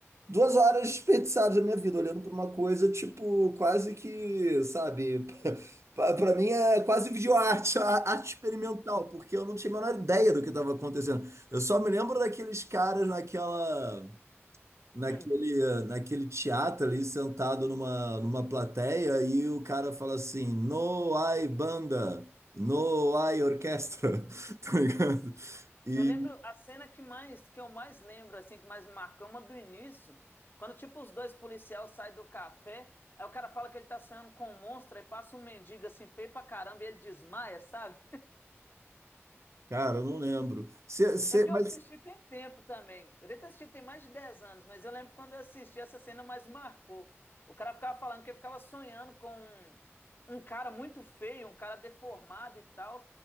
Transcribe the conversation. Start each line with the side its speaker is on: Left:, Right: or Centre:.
Right: duas horas desperdiçadas da minha vida, olhando pra uma coisa, tipo, quase que, sabe? <laughs> Pra pra mim é quase videoarte, a- arte experimental, porque eu não tinha a menor ideia do que estava acontecendo. Eu só me lembro daqueles caras naquela. naquele,
Left: Hum.
Right: eh, naquele teatro ali, sentado numa, numa plateia, e o cara fala assim: No hay banda, no hay orquestra, <laughs> tá ligado? E,
Left: Eu lembro a cena que mais que eu mais lembro, assim, que mais me marcou, é uma do início, quando tipo os dois policiais saem do café, aí o cara fala que ele tá sonhando com um monstro, aí passa um mendigo assim feio pra caramba e ele desmaia, sabe?
Right: cara, eu não lembro. Cê- cê-
Left: É porque
Right: mas,
Left: eu assisti tem tempo também. Eu devo ter assistido tem mais de 10 anos, mas eu lembro que quando eu assisti, essa cena mais marcou. O cara ficava falando que ele ficava sonhando com um, um cara muito feio, um cara deformado e tal.